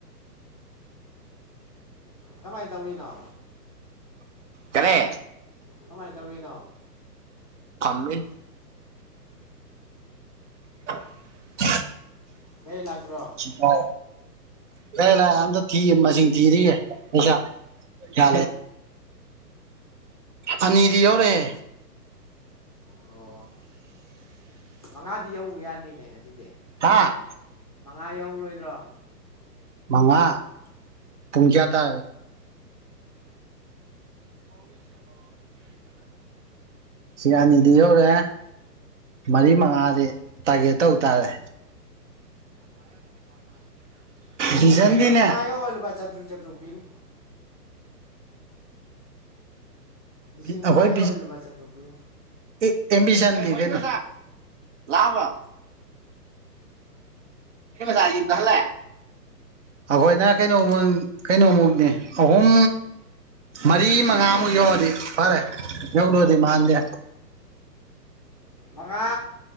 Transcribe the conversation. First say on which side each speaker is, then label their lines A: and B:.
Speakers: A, on the left; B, on the right.
A: ꯀꯃꯥꯏꯅ ꯇꯧꯔꯤꯅꯣ
B: ꯀꯅꯤ
A: ꯀꯃꯥꯏꯅ ꯇꯧꯔꯤꯅꯣ
B: ꯈꯝꯃ <unintelligible>
A: ꯒꯥꯔꯤ ꯂꯥꯛꯇ꯭ꯔꯣ
B: ꯀ ꯂꯩ ꯂꯥꯏ ꯌꯥꯝꯗ ꯊ ꯃ ꯊꯤꯔꯁꯥ ꯆ ꯑꯅꯤꯗꯤ ꯌꯥꯎꯔꯑꯦ
A: ꯑꯣ ꯃꯉꯥꯗꯤ ꯌꯧ ꯌꯥꯅꯤꯅꯦ ꯉꯁꯤꯗꯤ
B: ꯍꯥ
A: ꯉꯥ ꯌꯧꯔꯔꯣꯏꯗ꯭ꯔꯣ
B: ꯃꯃꯥ ꯄꯨꯨꯡ ꯀꯌꯥ ꯇꯦ ꯁꯤ ꯑꯅꯤꯗꯤ ꯌꯧꯔꯦ ꯃꯔꯤ ꯃꯉꯥꯗꯤ ꯇꯥꯔꯒꯦꯠ ꯇꯧ ꯇꯥꯔꯦ ꯚꯤꯖꯟꯗꯤꯅꯦ
A: ꯍꯦ ꯃꯉ ꯌꯣ ꯋꯥꯂ ꯄꯥꯏ ꯆꯇ꯭ꯔꯨꯛ ꯆꯇ꯭ꯔꯨꯛꯄꯤꯅꯤ ꯁꯤꯃ
B: ꯑꯩꯈꯣꯏ
A: ꯑꯣꯏꯔꯕꯆ ꯇꯨꯄꯤ
B: ꯑꯦꯦꯝꯃꯤꯁꯟ ꯂꯦꯅꯦ ꯂ ꯂ ꯌꯦꯡ ꯍꯜꯂꯛꯑꯦ ꯑꯩꯈꯣꯏꯅ ꯀꯩꯅꯣ ꯀꯩꯅꯣꯃꯨꯛꯅꯦ ꯑꯍꯨꯝ ꯃꯔꯤ ꯃꯉꯥꯃꯨꯛ ꯌꯧꯔꯗꯤ ꯐꯔꯦ ꯌꯧꯗꯑꯗꯤ ꯃꯥꯟꯗꯦ
A: ꯃꯉꯥ